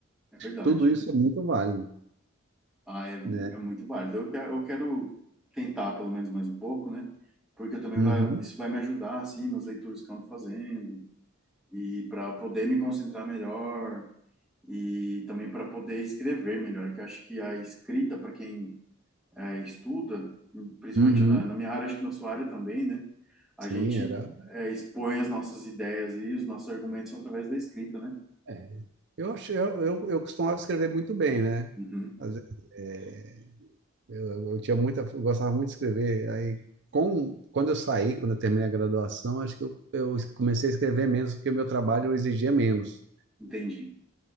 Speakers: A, in the centre; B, on the right (about 60°).
A: é verdade.
B: tudo isso é muito válido,
A: Ah, é, é
B: né?
A: muito válido. Eu, que- eu quero tentar pelo menos mais um pouco, né? Porque também
B: Uhum,
A: vai, isso vai me ajudar assim nas leituras que eu ando fazendo, e para poder me concentrar melhor e também para poder escrever melhor, que eu acho que a escrita, para quem é, estuda, principalmente
B: uhum.
A: na, na, minha área, acho que na sua área também, né? A
B: Sim,
A: gente
B: era.
A: é, expõe as nossas ideias e os nossos argumentos através da escrita, né?
B: é. Eu achei, eu, eu, eu costumava escrever muito bem, né?
A: Uhum,
B: Às vezes, é, eu, eu tinha muita, eu gostava muito de escrever. Aí, com, quando eu saí, quando eu terminei a graduação, acho que eu, eu comecei a escrever menos porque meu trabalho exigia menos.
A: entendi.